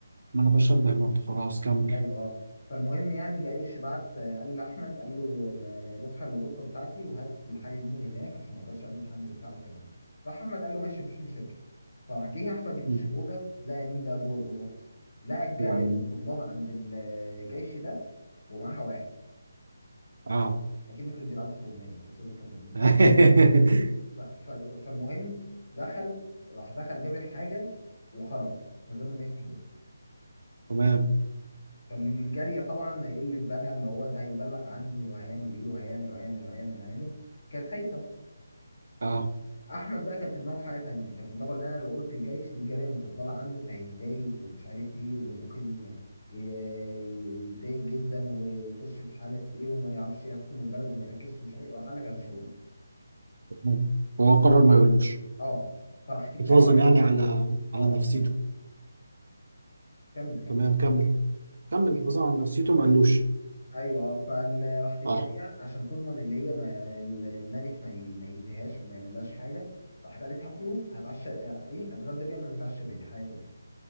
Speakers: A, on the right (about 65°); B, on the left (about 55°).
A: ما انا بشبه برضه خلاص كمل
B: ايوه آه. فالمهم يعني جايش بعت آه، قال لاحمد قال له ما- روح على الغرفه بتاعتي وهات الحاجه دي من هناك عشان ما اقدرش اقابل حد بتاعه الكلام ده راح احمد قال له ماشي مفيش مشاكل فراح جه احمد يخش
A: م.
B: الاوضه لقى مين بقى جوه الاوضه لقى الجاريه
A: يعني
B: المفضله عند الجيش ده ومعاها واحد
A: اه
B: اكيد ما كانوش بيلعبوا استغمايه توصل لك كانوا بيعملوا
A: <laughs>
B: ايه ف- ف- فالمهم دخل راح دخل جاب الحاجه وخرج من غير ما يفتح بقه
A: تمام
B: فالجارية طبعا هيقل في بالها اللي هو ده هيبلغ عني وهيعمل ايه وهيعمل وهيعمل وهيعمل وهيعمل كانت خايفة
A: اه
B: احمد بقى كان في دماغه حاجة تانية كان في دماغه ان انا لو قلت الجيش دي الجارية المفضلة عنده فهيتضايق ومش عارف ايه وممكن ي- ي- يتضايق جدا ويخش في حالة ايه وما يعرفش يحكم البلد وما يركزش ومش عارف ايه وراح قال لك انا مش هقول له.
A: تمام هو قرر ما يقولوش
B: اه فراحت الجارية
A: حفاظا يعني على على
B: اه
A: نفسيته
B: وكمل كمل
A: تمام كمل كمل حفاظا على نفسيته ما قالوش
B: ايوه اه فراحت الجاريه
A: اه
B: عشان تضمن اللي هي ما ال- الملك ما ي- ما يأذيهاش او ما يعملهاش حاجه راحت قالت هاكله هتعشى آه، ايه هتغدى بيه قبل ما يتعشى بيا حاجه كده